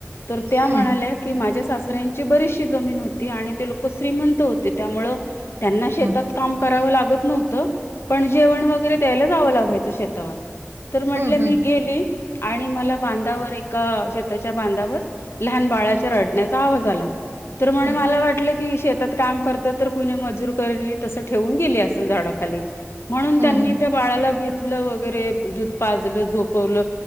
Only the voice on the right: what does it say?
हम्म
हम्म
हम्म हम्म
हम्म
हम्म
हम्म